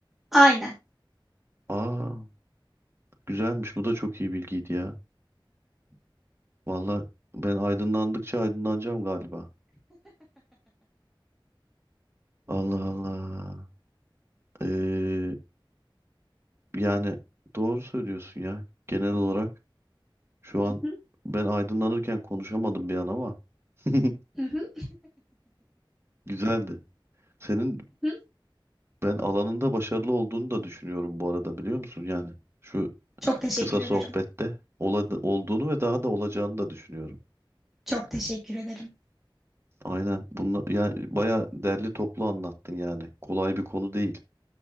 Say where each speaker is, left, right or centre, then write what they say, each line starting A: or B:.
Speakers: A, in the centre; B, on the right (about 30°).
A: aynen.
B: Aa, güzelmiş. Bu da çok iyi bilgiydi ya. Vallahi ben aydınlandıkça aydınlanacağım galiba. Allah Allah. Ee, yani doğru söylüyorsun ya. Genel olarak şu
A: Hı
B: an
A: hı,
B: ben aydınlanırken konuşamadım bir an ama <laughs>
A: hı hı,
B: güzeldi. Senin
A: hı.
B: Ben alanında başarılı olduğunu da düşünüyorum bu arada biliyor musun? Yani şu
A: Çok teşekkür
B: kısa
A: ederim.
B: sohbette ola- olduğunu ve daha da olacağını da düşünüyorum.
A: Çok teşekkür ederim.
B: Aynen bunu ya baya derli toplu anlattın yani. Kolay bir konu değil.